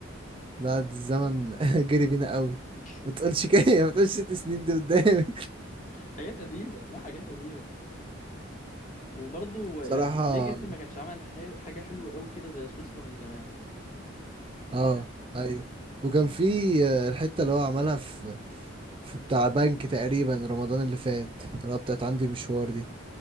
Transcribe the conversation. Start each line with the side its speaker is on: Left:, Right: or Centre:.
Right: بعد الزمن <laughs> جري بينا قوي
Left: <laughs>
Right: ما تقولش كده ما تقولش ست سنين دي قدامي
Left: حاجات قديمه لا حاجات قديمه وبرضه
Right: صراحة
Left: يعني ليجاسي ما كانش عمل حل... حاجه حلوه قوي كده زي سوسرا من زمان
Right: اه
Left: أنت فاهم؟
Right: ايوه وكان في آه، الحتة اللي هو عملها في في بتاع بنك تقريبا رمضان اللي فات اللي هو بتاعت عندي مشوار دي